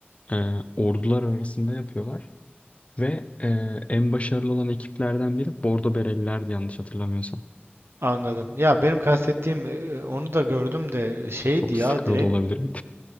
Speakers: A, on the left; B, on the right.
A: Ee, ordular arasında yapıyorlar. Ve e, en başarılı olan ekiplerden biri Bordo Berelilerdi yanlış hatırlamıyorsam.
B: anladım. Ya benim kastettiğim eee, onu da gördüm de şeydi
A: Çok
B: ya
A: sıkıyor
B: direkt.
A: da olabilirim.